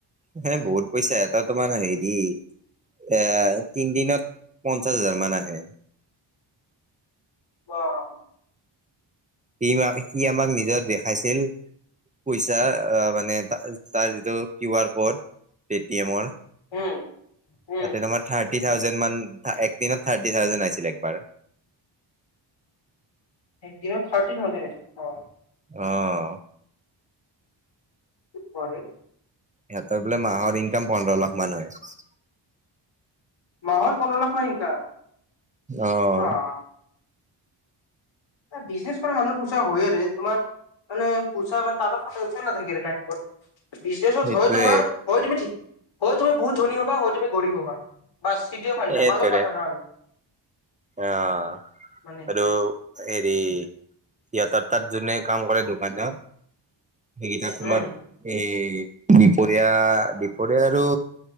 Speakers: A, on the right; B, on the left.
A: হে বহুত পইচা, এটা তোমাৰ হেৰি - এ তিনদিনত পঞ্চাশ হাজাৰ মান আহে।
B: ৱাওঃ।
A: সি মানে, সি আমাক নিজৰ দেখাইছিল পইচা অ' মানে- তাৰ যিটো কিউ আৰ ক'ৰ্ড পে টি এমৰ
B: উম উম
A: তাতে তোমাৰ থাৰ্টি থাউজেন মান একদিনত থাৰ্টি থাউজেন আহিছিল একবাৰ।
B: একদিনত থাৰ্টি থাউজেণ্ড, বাহঃ।
A: অ',
B: কি কোৱা ৰে!
A: সিহঁতৰ বোলে মাহৰ ইনকাম পোন্ধৰ লাখ মান হয়।
B: মাহত পোন্ধৰ লাখ মান ইনকাম।
A: অ',
B: বা এই বিজনেছ কৰা মানুহৰ প‌ইচা হয়ে ৰে, তোমাৰ - মানে প‌ইচা মানে তাঁহাতৰ একো টেনশ্যন নাথাকে লাইফত। বিজনেছত
A: সেইটোৱে
B: হয় তোমাৰ, হয় তুমি ঠিক, হয় তুমি বহুত ধনী হবা হয় তুমি গৰীব হবা, বচ। এইটোৱে ফান্ডা
A: সেইটোৰে
B: মাজত নাথাকা আৰু।
A: অ'
B: মানে
A: আৰু হেৰি - ইয়াৰ তাত জোনে কাম কৰে দোকানত সেইকেইটা তোমাৰ
B: উম
A: এই দুপৰীয়া দুপৰীয়া আৰু